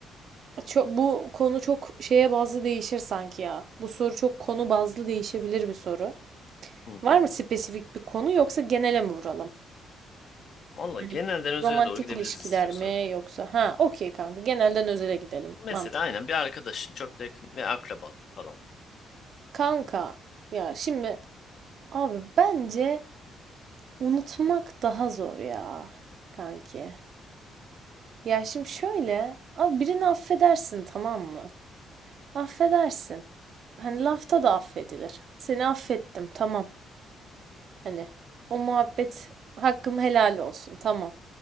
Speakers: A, on the right (about 60°); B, on the left (about 55°).
A: çok, bu konu çok şeye bazlı değişir sanki ya. Bu soru çok konu bazlı değişebilir bir soru.
B: Hı hı.
A: Var mı spesifik bir konu yoksa genele mi vuralım?
B: Valla
A: Hani
B: genelden özele
A: romantik
B: doğru gidebiliriz
A: ilişkiler
B: istiyorsan.
A: mi yoksa? Ha okey kanka genelden özele gidelim.
B: Mesela
A: Mantık.
B: aynen bir arkadaşın çok da yakın ve akraban falan.
A: Kanka ya şimdi abi bence Unutmak daha zor ya kanki. Ya şimdi şöyle, abi birini affedersin tamam mı? Affedersin. Hani lafta da affedilir. Seni affettim tamam. Hani o muhabbet hakkım helal olsun tamam.